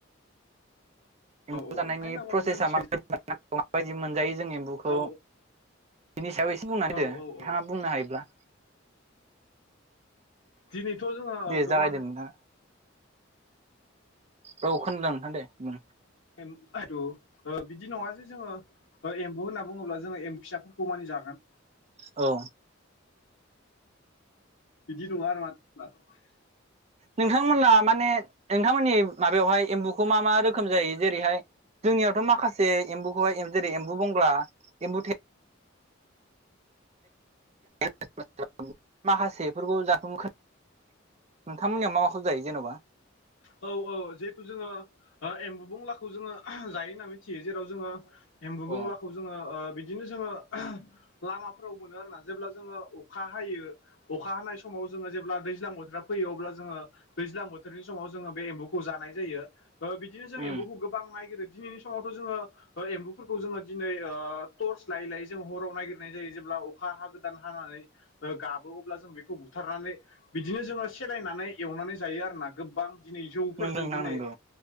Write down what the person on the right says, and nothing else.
एमबु
जानायनि
प्रसेसा
माबायदि मोननांगौ माबायदि मोनजायो जों एम्बौखौ?
बिनि सायाव इसे बुंनानै
होदो नोंथाङा
बुंनो हायोब्ला।
दे जागायदो
नोंथाङा औ खोनदों नोंथां दे बुं।
औ
नोंथांमोना माने नोंथांमोननि माबायावहाय एम्बुखौ मा मा रोखोम जायो जेरैहाय? जोंनियावथ' माखासे एम्बुखौहाय जेरै एम्बु बंगला एमबु थे <unintelligible> माखासेफोरखौ <unintelligible> नोंथांमोननियाव मा माखौ जायो जेन'बा?
अ
उम
नोंगौ नोंथां
नोंगौ